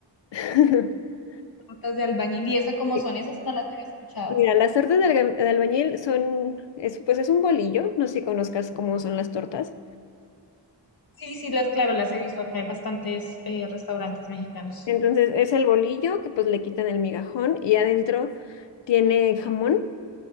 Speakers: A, on the left; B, on the left.
A: <laughs>
B: Tortas de albañil. ¿Y esas cómo
A: Sí,
B: son? Esas sí no las había escuchado.
A: Mira, las tortas de, alga- de albañil son, es, pues es un bolillo, no sé si conozcas cómo son las tortas.
B: Sí, sí, las, claro, las he visto acá en bastantes eh, restaurantes mexicanos.
A: Entonces es el bolillo que pues le quitan el migajón y adentro tiene jamón,